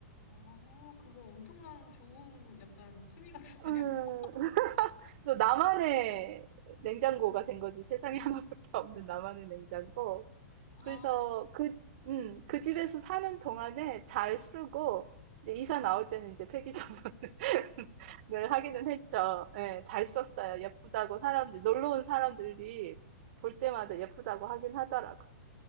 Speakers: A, on the left; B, on the right.
A: 아, 그거 엄청난 좋은 약간 취미 같은데요?
B: 음,
A: <laughs>
B: 그래서 나만의 냉장고가 된 거지. 세상에 하나밖에 없는 나만의 냉장고.
A: 아,
B: 그래서 그, 음, 그 집에서 사는 동안에 잘 쓰고, 이제 이사 나올 때는 이제 폐기적으로 <laughs> 늘 하기는 했죠. 예, 잘 썼어요. 예쁘다고 사람들, 놀러 온 사람들이 볼 때마다 예쁘다고 하긴 하더라고요.